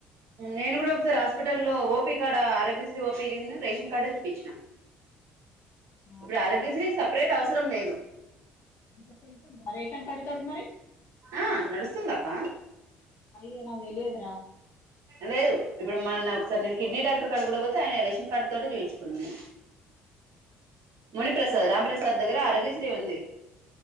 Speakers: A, on the right (about 55°); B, on the left (about 45°).
A: నేను కూడా ఒకసారి హాస్పిటల్లో లో OP Aarogyasri O P D ఉన్ను రేషన్ కార్డు చూపించిన ఇప్పుడు
B: అట్లా
A: ఆరోగ్యశ్రీ స రేట్ అవసరం లేదు
B: ఇట్ల చెల్తుంద రేషన్ కార్డు తోటి మరి
A: ఆ నడుస్తుంది అక్క
B: అయ్యో నాక్ తెలియదురా
A: లేదు ఇప్పుడు మన్న ఒకసారి నేన్ కిడ్నీ డాక్టర్ కడ కూడా పోతే ఆయన రేషన్ కార్డు తోటి చూపించుకున్నాను మునిప్రసాద్ రాంప్రసాద్ దగ్గర ఆరోగ్యశ్రీ ఉంది